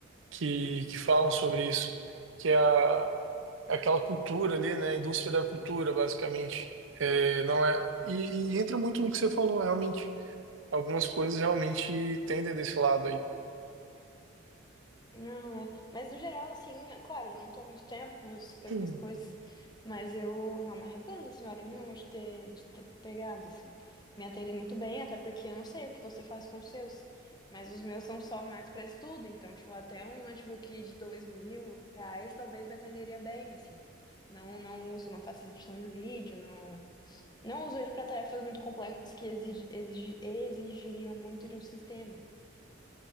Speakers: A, on the right; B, on the left.
A: que, que falam sobre isso, que é a, aquela cultura ali, né? A indústria da cultura, basicamente. É, não é, e, e entra muito no que você falou, realmente. Algumas coisas realmente tendem desse lado
B: Não, é. Mas no geral, assim, é claro, eu não tô há muito tempo com os- com
A: aí.
B: as minhas coisas, mas eu não me arrependo, senhora nenhuma, de ter, de ter pegado, assim. Me atendem muito bem, até porque eu não sei o que você faz com os seus, mas os meus são só mais para estudo, então, tipo, até um notebook de dois mil reais talvez me atenderia bem, assim. Não, não uso, não faço edição de vídeo, não, não uso ele para tarefas muito complexas que exi- exi- exigiriam muito de um sistema.